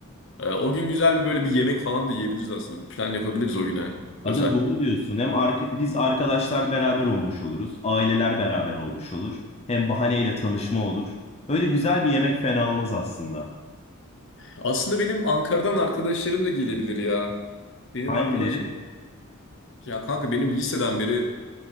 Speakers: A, on the left; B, on the left.
A: E, o gün güzel bir böyle bir yemek falan da yiyebiliriz aslında. Bir plan yapabiliriz o güne
B: Aga
A: özel.
B: doğru diyorsun. Hem arka, biz arkadaşlar beraber olmuş oluruz. Aileler beraber olmuş olur. Hem bahaneyle tanışma olur. Öyle güzel bir yemek fena olmaz aslında.
A: Aslında benim Ankara'dan arkadaşlarım da gelebilir ya. Benim
B: Hangileri?
A: arkadaşım Ya kanka benim liseden beri